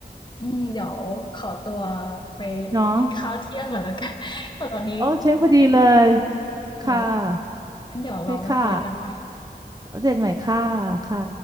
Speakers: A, on the left; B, on the right.
A: อืมเดี๋ยวขอตัวไป
B: เนาะ
A: กินข้าวเที่ยงก่อนแล้วกัน <laughs> ตอนนี้
B: โอ้เช้งพอดีเลยค่ะ
A: เอะงั้นเดี๋ยวเรามาคุยกันใหม่
B: โอเฮ้ยค่ะเอาเดดใหม่ค่ะค่ะ